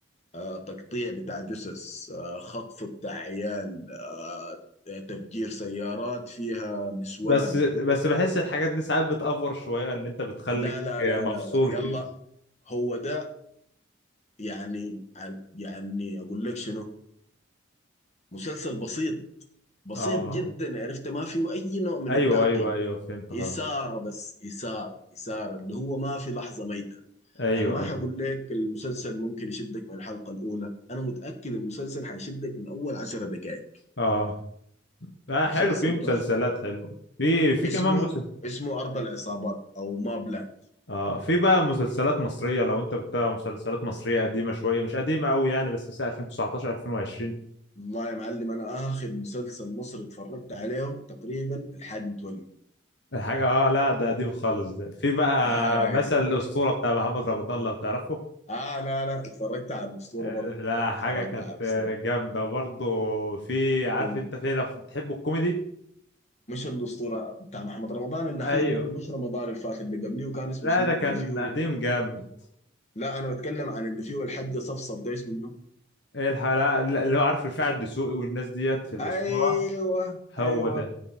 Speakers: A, on the left; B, on the left.
A: آه، تقطيع بتاع جثث آه، خطف بتاع عيال آه، تفجير سيارات فيها نسوان
B: بس بس بحس الحاجات دي ساعات بتأفور شوية اللي انت بتخليك
A: لا لا
B: مفصول
A: لا لا لا يلا
B: كده
A: هو ده يعني عن- يعني أقول لك شنو مسلسل بسيط بسيط
B: اه
A: جدا عرفت ما فيه أي نوع من
B: ايوه
A: التعقيد
B: ايوه ايوه فهمت اه
A: إثارة بس إثارة إثارة اللي هو ما في لحظة ميتة
B: ايوه
A: انا ما
B: ايوه
A: حقول لك المسلسل ممكن يشدك من الحلقة الاولى انا متأكد المسلسل حيشدك من اول عشر دقائق
B: اه اه
A: مسلسل
B: حلو في مسلسلات
A: تحفة
B: حلوة في في
A: اسمه
B: كمان مسلسل
A: اسمه ارض العصابات او مابلاند
B: آه في بقى مسلسلات مصرية لو انت بتتابع مسلسلات مصرية قديمة شوية مش قديمة قوي يعني بس مثلا 2019 2020
A: والله يا معلم انا اخر مسلسل مصري اتفرجت عليه تقريبا الحاج متولي
B: الحاجة اه لا ده قديم خالص ده في بقى
A: آه.
B: مثل الأسطورة بتاع محمد رمضان لو تعرفه
A: اه لا لا اتفرجت على الاسطورة
B: آه،
A: برضه
B: لا
A: والله اتفرجت
B: حاجة كانت
A: على الاسطورة
B: آه، جامدة برضه في عارف
A: ومش
B: انت في لو بتحب الكوميدي
A: الاسطورة بتاع محمد رمضان الاخير
B: ايوه
A: ده مش رمضان اللي فات اللي قبليه وكان اسمه
B: لا
A: شنو
B: ده كان
A: اللي فيه
B: قديم جامد
A: لا انا بتكلم عن اللي فيه الحجة صفصف ده اسمه منه
B: ايه الحلقة اللي هو عارف رفاعي الدسوقي والناس ديت في الأسطورة
A: ايوه
B: هو
A: ايوه
B: ده